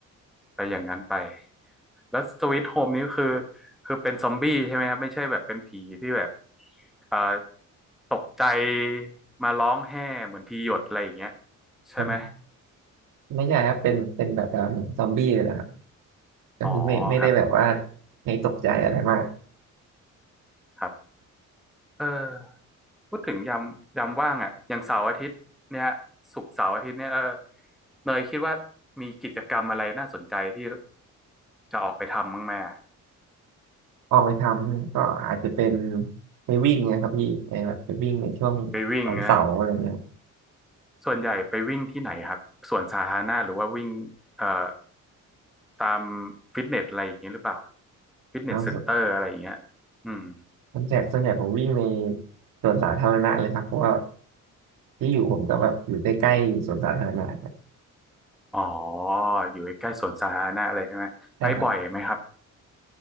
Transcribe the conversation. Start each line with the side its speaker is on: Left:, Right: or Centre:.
Centre: ไปอย่างนั้นไปแล้วสวีทโฮมนี้คือคือเป็นซอมบี้ใช่ไหมครับไม่ใช่แบบเป็นผีที่แบบเอ่อตกใจมาร้องแห่เหมือนทีหยดอะไรอย่างเงี้ยใช่ไหม
Right: ผมไม่ใช่ครับเป็นเป็นแบบว่าเหมือนซอมบี้เลยนะครับก็คือไม่ไม่ได้แบบว่า
Centre: อ๋อครับ
Right: ให้ตกใจอะไรมาก
Centre: ครับเออ พูดถึงยามยามว่างอ่ะอย่างเสาร์อาทิตย์เนี่ยศุกร์เสาร์อาทิตย์เนี่ยเออเนยคิดว่ามีกิจกรรมอะไรน่าสนใจที่จะออกไปทำบ้างไหมอะ
Right: ออกไปทำก็อาจจะเป็นไปวิ่งเนี่ยครับพี่ไปแบบไปวิ่งในช่วง
Centre: ไปวิ่งนะ
Right: วันเสาร์อะไรเงี้ย
Centre: ส่วนใหญ่ไปวิ่งที่ไหนครับสวนสาธารณะหรือว่าวิ่งเอ่อตามฟิตเนสอะไรอย่างเงี้ยหรือเปล่าฟิตเนสเซ็นเตอร์อะไรอย่างเงี้ยอืม
Right: ครับส่วนใหญ่ส่วนใหญ่ผมวิ่งในสวนสาธารณะเลยครับเพราะว่าที่อยู่ผมก็แบบอยู่ใกล้ๆสวนสาธารณะครับ
Centre: อ๋ออยู่ใกล้ๆสวนสาธารณะอะไรใช่ไหมไปบ่อยไหมครับ
Right: ใช่ครับ